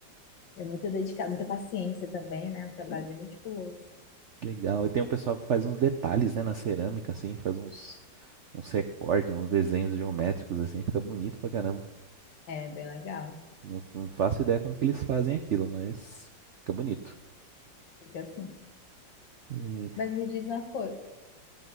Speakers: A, on the left; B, on the right.
A: É muita dedicação, muita paciência também, né? Um trabalho bem meticuloso.
B: Legal. E tem um pessoal que faz uns detalhes, né, na cerâmica, assim, faz uns, uns recortes, uns desenhos geométricos, assim, fica bonito pra caramba.
A: É bem legal.
B: Não, f- não faço ideia como que eles fazem aquilo, mas fica bonito.
A: Fica assim.
B: Eh,
A: Mas me diz uma coisa.